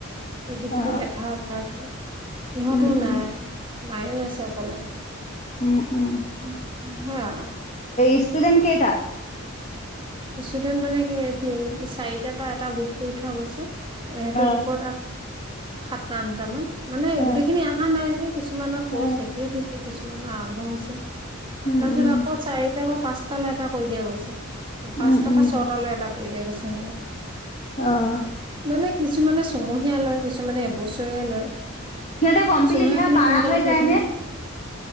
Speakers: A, on the right; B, on the left.
A: এইটো সিটো
B: অ অ
A: লেঠা ওলাই আছে। ইহঁতো
B: উম
A: নাই,
B: উম
A: মায়ো আছে অকলে।
B: উম, উম।
A: <inaudible> সেয়া।
B: <inaudible> ষ্টুদেণ্ট কেইটা?
A: ষ্টুডেন্ট মানে কি, তিন চাৰিটাৰ পৰা এটা গ্ৰুপ কৰি থোৱা গৈছে সেইটো
B: অ
A: গ্ৰুপত সাত আঠটা মান, মানে
B: অ
A: গোটেইখিনি অহা নাই যে কিছুমানৰ কৰ্চ
B: অ
A: শেষেই হৈছে। কিছুমান আৰম্ভ হৈছে।
B: উম
A: তাৰপিছত
B: উম
A: আকৌ চাৰিটা বা পাঁচটালৈ এটা কৰি দিয়া গৈছে। পাঁচটাৰ
B: উম উম
A: পৰা ছয়টালৈ এটা কৰি দিয়া গৈছে এনেকে।
B: অ
A: মানে কিছুমানে চমহীয়া লয়, কিছুমানে এবছৰে লয়।
B: সিহঁতে কমপ্লিট
A: চুমহীয়া
B: সেয়া
A: খিনি
B: পাৰা
A: সোনকালে
B: হৈ
A: শেষ
B: যায়
A: হয়।
B: নে